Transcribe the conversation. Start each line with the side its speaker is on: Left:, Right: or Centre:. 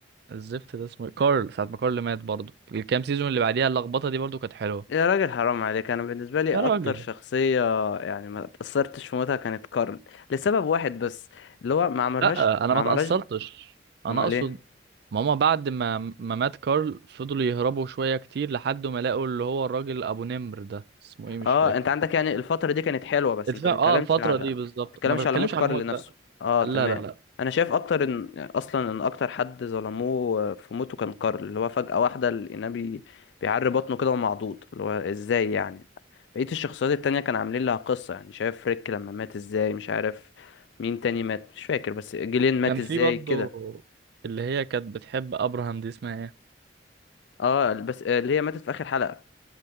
Right: الزفت ده اسمه إيه؟ كارل ساعه ما كارل مات برضه الكام سيزون اللي بعديها اللخبطه دي برضه كانت حلوه
Left: يا راجل حرام عليك انا بالنسبة لي
Right: يا
Left: اكتر
Right: راجل
Left: شخصية يعني ما اتأثرتش في موتها كانت كارل لسبب واحد بس اللي هو ما عملوهاش
Right: لا انا
Left: ما
Right: ما
Left: عملوهاش
Right: اتاثرتش انا
Left: امال
Right: اقصد
Left: ايه
Right: ماما بعد ما ما مات كارل فضلوا يهربوا شوية كتير لحد ما لقوا اللي هو الراجل أبو نمر ده اسمه إيه مش
Left: اه
Right: فاكر
Left: انت عندك يعني الفترة دي كانت حلوة بس
Right: اتفاق
Left: انت بتتكلمش
Right: اه الفترة
Left: على
Right: دي بالظبط
Left: بتتكلمش
Right: ما بتكلمش
Left: على موت كارل
Right: على الموت
Left: نفسه
Right: لا
Left: اه
Right: لا
Left: تمام
Right: لا لا
Left: انا شايف اكتر ان اصلا ان اكتر حد ظلموه في موته كان كارل اللي هو فجأة واحدة لقيناه بي... بيعري بطنه كده ومعضوض اللي هو ازاي يعني بقية الشخصيات التانية كان عاملين لها قصة يعني شايف ريك لما مات ازاي مش عارف مين تاني مات مش فاكر بس جيلين مات
Right: كان
Left: ازاي
Right: في برضه
Left: كده
Right: اللي هي كانت بتحب أبراهام دي اسمها ايه
Left: اه بس اللي هي ماتت في اخر حلقة